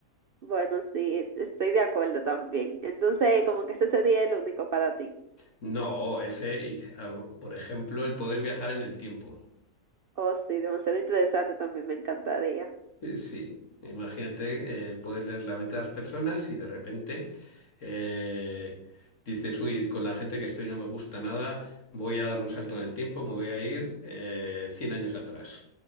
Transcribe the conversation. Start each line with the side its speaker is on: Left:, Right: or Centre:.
Right: Bueno, sí, estoy de acuerdo también. Entonces, como que ese sería el único para ti.
Left: No, ese, y, ah, por ejemplo, el poder viajar en el tiempo.
Right: Oh, sí, demasiado interesante también, me encantaría.
Left: Eh, sí, imagínate, eh, puedes leer la mente de las personas y de repente eh, dices, uy, con la gente que estoy no me gusta nada, voy a dar un salto en el tiempo, me voy a ir eh, 100 años atrás.